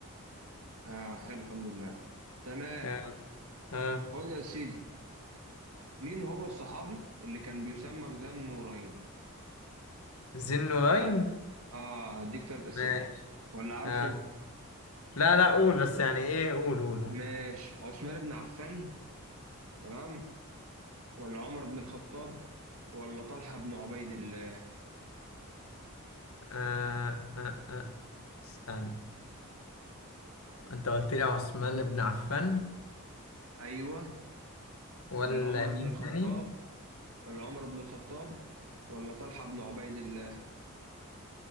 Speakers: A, on the right; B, on the left.
A: اه حلو الحمد لله تمام
B: يلا آه.
A: خد يا سيدي مين هو الصحابي اللي كان بيسمى بذا النورين
B: ذي النورين
A: اه, آه هديك تلات أسامي
B: ماشي
A: ولا عارفه
B: آه. لا لا قول بس يعني إيه قول قول قول
A: ماشي عثمان بن عفان تمام ولا عمر بن الخطاب ولا طلحة بن عبيد الله
B: آه. آه. آه. استنى أنت قلت لي عثمان بن عفان
A: أيوة
B: ولا
A: ولا عمر
B: مين
A: بن الخطاب
B: تاني؟
A: ولا عمر بن الخطاب ولا طلحة بن عبيد الله